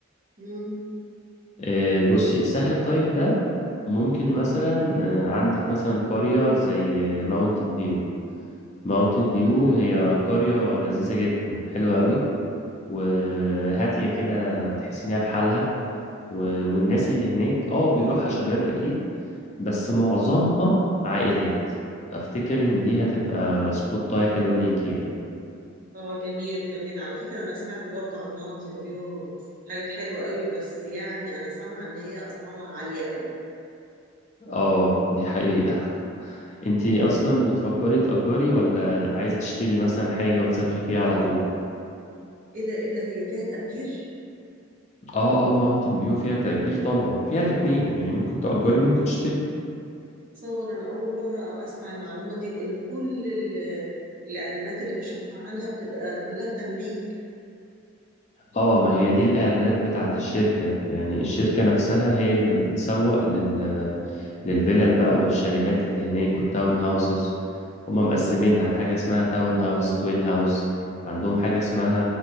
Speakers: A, on the right; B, on the left.
A: امم
B: آه، بصي الساحل الطيب ده ممكن مثلا آه، عندك مثلا قرية زي ماونتن فيو ماونتن فيو
A: امم
B: هي قرية لذيذة جدا حلوة قوي وهادية كده تحس إنها في حالها و... والناس اللي هناك اه بيروحها شباب أكيد بس معظمها عائلات أفتكر إن دي هتبقى سبوتاية حلوة ليكي يعني
A: اه جميل جميل على فكرة انا سمعت برضو عن ماونتن فيو حاجات حلوة قوي بس يعني انا سامعة ان هي اسعارها عالية قوي
B: اه دي حقيقة <laughs> انتي أصلا
A: مم.
B: بتفكري تأجري ولا عايزة تشتري مثلا حاجة وتسافري فيها على طول؟
A: ايه ده ايه ده هي فيها تأجير
B: اه اه ماونتن فيو فيها تأجير طبعا فيها الاتنين يعني ممكن تأجري وممكن تشتري
A: صور انا اول مرة اسمع المعلومة دي لان كل ال- الاعلانات اللي بشوفها عنها بتبقى كلها تمليك
B: اه ما هي دي الإعلانات بتاعت الشركة يعني الشركة نفسها هي اللي بتسوق لل للفيلل بقى والشاليهات اللي هناك والتاون هاوسز هما مقسمينها
A: مم.
B: حاجة اسمها تاون هاوس توين هاوس عندهم حاجة اسمها